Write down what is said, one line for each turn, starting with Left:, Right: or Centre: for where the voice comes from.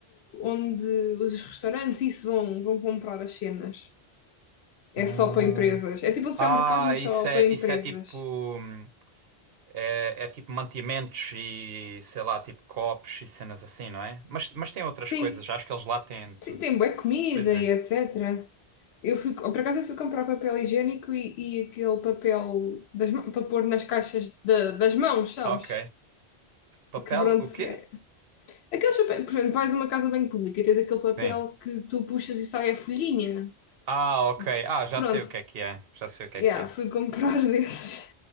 Left: onde os restaurantes isso vão, vão comprar as cenas. É
Right: Hum,
Left: só para empresas. É tipo um supermercado,
Right: Ah,
Left: mas
Right: isso
Left: só
Right: é,
Left: para empresas.
Right: isso é tipo. hum, É, é tipo mantimentos e sei lá, tipo copos e cenas assim, não é? Mas, mas tem outras
Left: Sim,
Right: coisas, acho que eles lá têm tudo.
Left: Sim, tem bué comida
Right: Pois é.
Left: e etc. Eu fui, por acaso eu fui comprar papel higiênico e, e aquele papel das mã- para pôr nas caixas da- das mãos, sabes?
Right: Ok. Papel,
Left: Que pronto,
Right: o quê?
Left: é. Aqueles papéis, por exemplo, vais a uma casa bem pública e tens aquele papel
Right: Sim.
Left: que tu puxas e sai a folhinha.
Right: Ah, ok.
Left: De-
Right: Ah, já
Left: Pronto,
Right: sei o que é que é. Já sei o que
Left: yeah,
Right: é que é.
Left: fui comprar <laughs> desses,